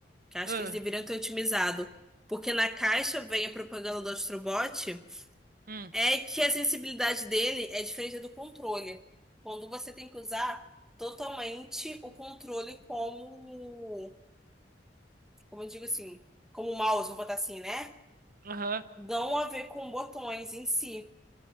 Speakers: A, in the centre; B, on the right.
A: que eu acho
B: Aham.
A: que eles deveriam ter otimizado, porque na caixa vem a propaganda do Astrobot.
B: hum,
A: É que a sensibilidade dele é diferente do controle. Quando você tem que usar totalmente o controle como, como eu digo assim, como mouse, vou botar assim, né?
B: Aham.
A: Não a ver com botões em si.